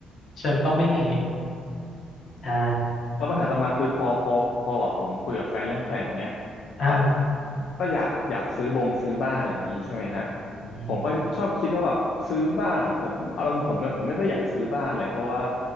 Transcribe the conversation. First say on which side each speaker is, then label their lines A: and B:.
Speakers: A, on the left; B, on the left.
A: ฉันต้องไม่มี
B: อ๋อ
A: ใช่
B: แล้วปัญหาต่อมาคือพอพอพอแบบผมคุยกับแฟนเรื่องแผนเนี้ย
A: อ่า
B: แบบก็อยากอยากซื้อบงซื้อบ้านอะไรอย่างนี้ใช่ไหมฮะ
A: อืม
B: ผมก็ชอบคิดว่าแบบซื้อบ้านอ่ะผมอารมณ์ผมไม่ผมไม่ค่อยอยากซื้อบ้านเลยเพราะว่า